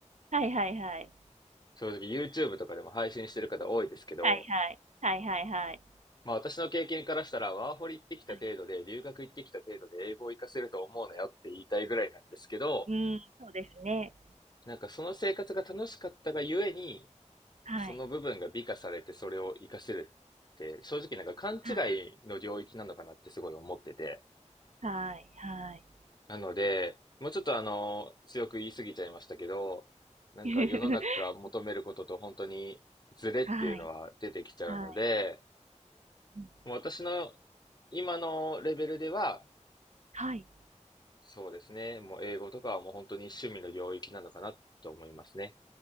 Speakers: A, on the right (about 65°); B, on the left (about 35°).
A: はいはいはい。
B: 正直 YouTube とかでも配信してる方多いですけど、
A: はいはい。はいはいはい。
B: まあ私の経験からしたら、ワーホリ行ってきた程度で、
A: はい。
B: 留学行ってきた程度で英語を活かせると思うなよって言いたいぐらいなんですけど、
A: うーん、そうですね。
B: なんかその生活が楽しかったがゆえに、
A: はい。
B: その部分が美化されてそれを活かせるって、正直なんか勘違いの領域なのかなってすごい思ってて。
A: はい。はい。はい。
B: なので、もうちょっとあの、強く言い過ぎちゃいましたけど、なんか世の中が求めることと本当にズレっていうのは出てきちゃうので、
A: <laughs> はい。はい。うん。
B: もう私の今のレベルでは、
A: はい。
B: そうですね。もう英語とかはもう本当に趣味の領域なのかなと思いますね。